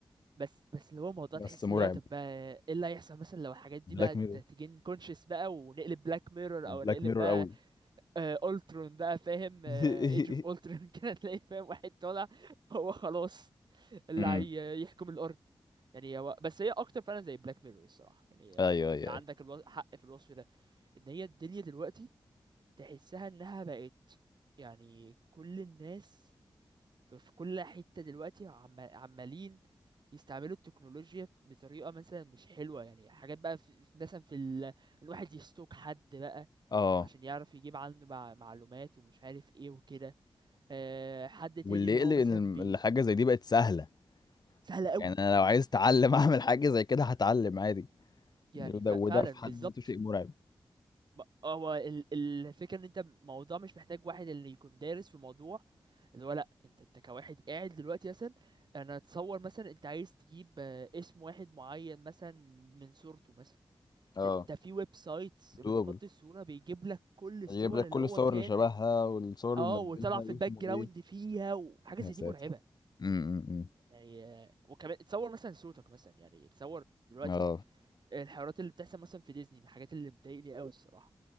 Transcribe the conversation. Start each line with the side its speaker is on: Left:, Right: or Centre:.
Right: بس بس اللي هو موضوع
Left: بس
Right: تحس
Left: مرعب
Right: اللي هو طب بقى ايه اللي هيحصل مثلا لو الحاجات دي
Left: بلاك
Right: بقى
Left: ميرور
Right: ت- تجين كونشس بقى ونقلب بلاك ميرور
Left: بلاك
Right: او نقلب
Left: ميرور
Right: بقى
Left: قوي
Right: آه... الترون بقى فاهم
Left: <laughs>
Right: ايج اوف الترون <laughs> كده تلاقي فاهم واحد طالع هو خلاص اللي
Left: امم
Right: هي- يحكم الارض يعني هو بس هي اكتر فعلا زي بلاك ميرور الصراحه يعني
Left: ايوه
Right: آه، انت
Left: ايوه
Right: انت عندك
Left: ايوه
Right: الو... حق في الوصف ده ان هي الدنيا دلوقتي تحسها انها بقت يعني كل الناس في في كل حته دلوقتي عم... عمالين يستعملوا التكنولوجيا بطريقه مثلا مش حلوه يعني حاجات بقى في... في- مثلا في ال... الواحد يستوك حد بقى
Left: اه
Right: عشان يعرف يجيب عنه مع... معلومات ومش عارف ايه وكده أه... حد
Left: واللي
Right: تاني اللي
Left: يقلق
Right: هو مثلا
Left: ان الم-
Right: بي
Left: الحاجه زي دي بقت سهله
Right: سهله قوي
Left: يعني انا لو عايز اتعلم <laughs> اعمل حاجه زي كده هتعلم عادي
Right: يعني
Left: وده
Right: ف... فعلا
Left: وده في
Right: بالظبط
Left: حد ذاته شيء مرعب
Right: ما- هو ال- الفكرة ان انت الموضوع مش محتاج واحد اللي يكون دارس في الموضوع اللي هو لا انت انت كواحد قاعد دلوقتي مثلا انا اتصور مثلا انت عايز تجيب آه، اسم واحد معين مثلا من صورته مثلا انت
Left: اه
Right: انت في ويب سايتس بتحط
Left: دوبل
Right: الصورة بيجيب لك كل الصور
Left: يجيب لك كل
Right: اللي هو
Left: الصور
Right: كان
Left: اللي شبهها والصور
Right: اه
Left: اللي منزلها
Right: وطلع في
Left: واسمه
Right: الباك جراوند
Left: ايه
Right: فيها وحاجة
Left: يا
Right: زي
Left: ساتر
Right: دي مرعبة
Left: امم امم
Right: يعني آه، وكمان تصور مثلا صوتك مثلا يعني تصور دلوقتي
Left: اه
Right: الحوارات اللي بتحصل مثلا في ديزني من الحاجات اللي بتضايقني قوي الصراحة